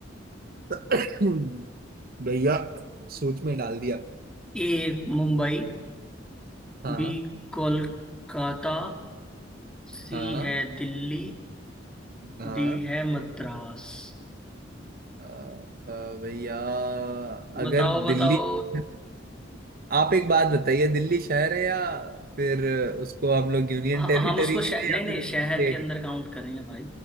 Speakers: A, on the right (about 50°); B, in the centre.
A: <coughs> भैया सोच में डाल दिया
B: A Mumbai
A: हाँ
B: B Kolkata C
A: हाँ
B: है दिल्ली
A: हाँ
B: डी है मद्रास
A: अ, अ, भैया
B: बताओ
A: अगर
B: बताओ
A: दिल्ली <laughs> आप एक बात बताइए दिल्ली शहर है या फिर उसको हम लोग यूनियन
B: ह-
A: टेरिटरी
B: हम उसको शह,
A: की थे
B: नहीं
A: या
B: नहीं
A: फिर उसको
B: शहर
A: स्टेट
B: के अंदर काउंट करेंगे भाई